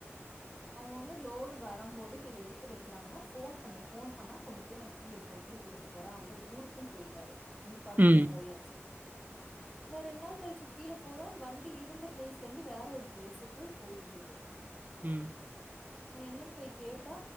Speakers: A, in the centre; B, on the right (about 35°).
A: அவங்க ஒன்னு லோடு வ ரம்போது இப்டி எடுத்து வைக்கிறாங்கன்னா போன் பண்ண போன் பண்ணா கொண்டு போய் கீய கொண்டு போய் கொடுக்க போறே அவர் ஊருக்கு கும் போயிட்டாரு நிப்பாட்டிட்டு
B: ம்
A: போயாச்சு
B: <inaudible>
A: நா ரெண்டு நாள் கழிச்சு கீழ போறோ வண்டி இருந்த பிளேஸ்ல இருந்து வேற ஒரு பிளேஸுக்கு போயிருந்தது
B: ம்
A: நா என்னன்னு போய் கேட்டா